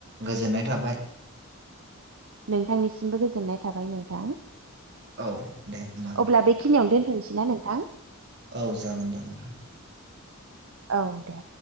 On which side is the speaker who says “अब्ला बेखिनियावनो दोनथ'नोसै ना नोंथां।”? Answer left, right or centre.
Right